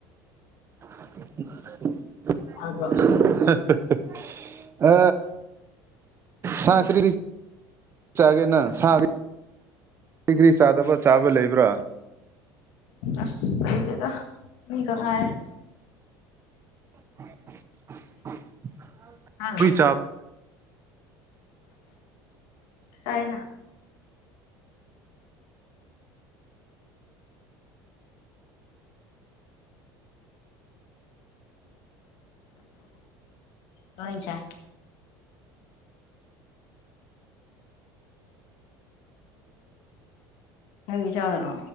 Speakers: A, on the right; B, on the left.
A: <unintelligible>
B: ꯐꯗ꯭ꯔꯣ
A: ꯑ ꯁꯀꯔꯤꯔꯤ ꯆꯒꯦꯅ ꯁ ꯔꯤꯒ꯭ꯔꯤ ꯆꯥꯗꯕ꯭ꯔꯥ ꯆꯥꯕ ꯂꯩꯕ꯭ꯔꯥ
B: ꯑꯁ ꯂꯩꯗꯦꯗ ꯃꯤꯈ ꯉꯥꯏꯔꯦ
A: <unintelligible>
B: ꯑ
A: ꯍꯨꯏ ꯆꯥ
B: ꯁꯥꯏꯅꯥ
A: ꯑ
B: ꯂꯣꯏꯆꯥ ꯅꯪꯒꯤ ꯆꯥꯗꯔꯣ